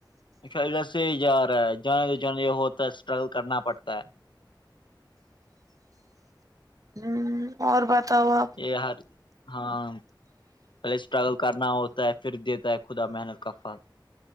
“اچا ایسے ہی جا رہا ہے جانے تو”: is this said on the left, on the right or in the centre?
Left